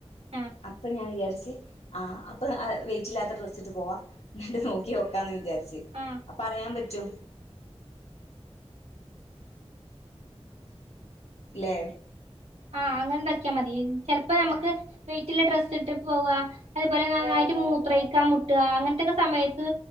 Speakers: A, on the right; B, on the left.
A: ആഹ്
B: അപ്പൊ ഞാൻ വിചാരിച്ച് ആഅപ്പ വെയിറ്റ ഇല്ലാത്ത ഡ്രസ്സിട്ട് പോവാ എന്നിട്ട് നോക്കി നോക്കാന്ന് വിചാരിച്ചു
A: ആഹ്
B: അ പറയാൻ പറ്റും ല്ലേ
A: ആഹ് അങ്ങനെ ണ്ടാക്കിയ മതി ചിലപ്പ് നമുക്ക് വെയിറ്റുള്ള ഡ്രസ്സ്ട്ട് പോവ അതുപോലെ നാന്നായിട്ട് മൂത്രയ്ക്കമു ട്ടാ അങ്ങനത്തെക്കെ സമയത്ത്